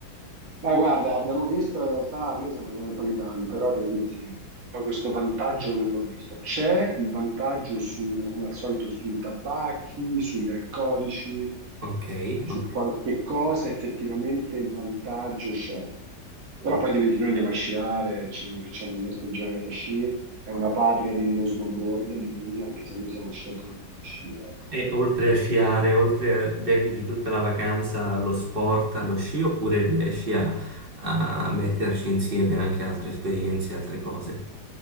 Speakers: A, on the right (about 50°); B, on the right (about 30°).
A: Ma guarda, abbiamo visto in realtà, noi siamo andati un po' di anni, però devo dirti, poi questo vantaggio non l'ho visto. C'è il vantaggio su, come al solito, sui tabacchi, sugli alcolici,
B: Ok,
A: su
B: ok.
A: qualche cosa effettivamente il vantaggio c'è.
B: ok.
A: Però poi devo dire, che noi andiamo a sciare, ci facciamo il nostro giorno da sci, è una patria dello snowboard, Livigno, anche se noi siamo sciatori di sci, ecco.
B: E oltre a sciare, oltre a, dedichi tutta la vacanza allo sport, allo sci, oppure riesci a, a metterci insieme anche altre esperienze, altre cose?